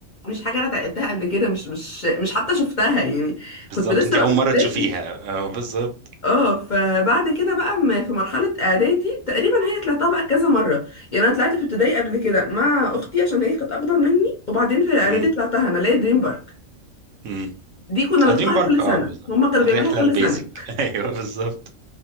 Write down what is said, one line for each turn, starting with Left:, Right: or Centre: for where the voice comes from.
Left: مش حاجه انا اتعلمتها قبل كده مش مش مش حتى شفتها يعني
Right: بالظبط
Left: كنت لسه
Right: انت
Left: بقى
Right: أول
Left: في
Right: مرة
Left: ابتدائي
Right: تشوفيها اه بالظبط
Left: اه فبعد كده بقى م- في مرحلة اعدادي تقريبا هي طلعتها بقى كذا مرة يعني انا طلعت في ابتدائي قبل كده مع اختي عشان هي كانت اكبر مني وبعدين في اعدادي
Right: مم.
Left: طلعتها انا لقيت دريم بارك
Right: مم.
Left: دي كنا بنطلعها
Right: دريم بارك
Left: كل
Right: اه
Left: سنة
Right: بالظبط
Left: هما كانوا
Right: الرحله
Left: بيعملوها كل
Right: البيزك
Left: سنة
Right: <laughs> ايوه بالظبط